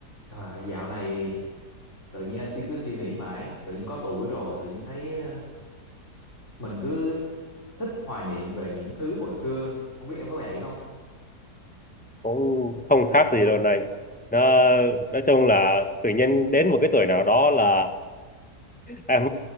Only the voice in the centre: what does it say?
cũng không khác gì đâu này nó nói chung là tự nhiên đến một cái tuổi nào đó là em